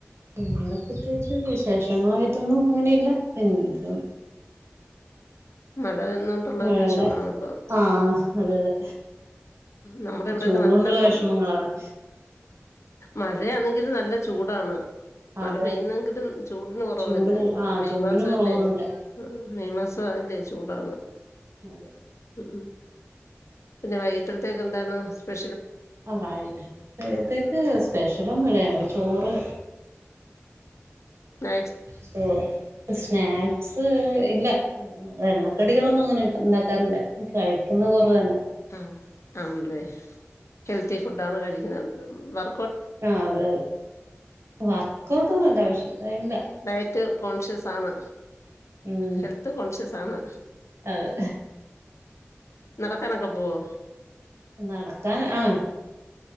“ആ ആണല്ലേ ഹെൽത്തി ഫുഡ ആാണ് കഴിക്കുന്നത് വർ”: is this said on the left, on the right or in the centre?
Left